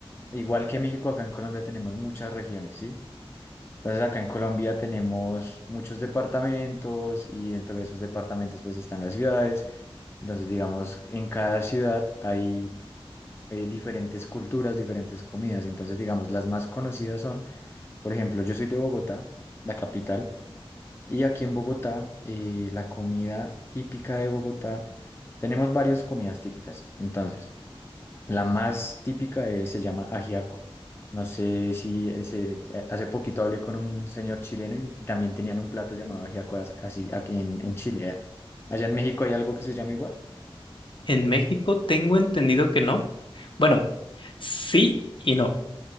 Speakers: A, on the left; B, on the left.
A: igual que México, acá en Colombia tenemos muchas regiones, ¿sí? Entonces acá en Colombia tenemos muchos departamentos y dentro de esos departamentos pues están las ciudades. Entonces digamos, en cada ciudad hay eh, diferentes culturas, diferentes comidas. Entonces digamos, las más conocidas son, por ejemplo, yo soy de Bogotá, la capital, y aquí en Bogotá eh, la comida típica de Bogotá, tenemos varias comidas típicas. Entonces, la más típica es- se llama ajiaco. No sé si ese- eh, hace poquito hablé con un señor chileno y, y también tenían un plato llamado ajiaco as- así aquí en, en Chile. ¿eh? Allá en México hay algo que se llama igual.
B: En México tengo entendido que no. Bueno, sí y no.